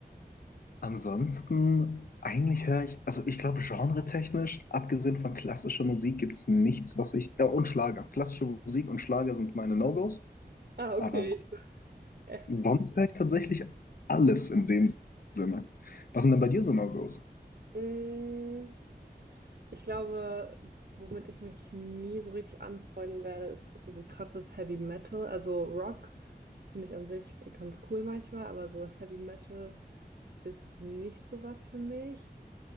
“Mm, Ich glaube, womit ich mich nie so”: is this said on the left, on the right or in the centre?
Right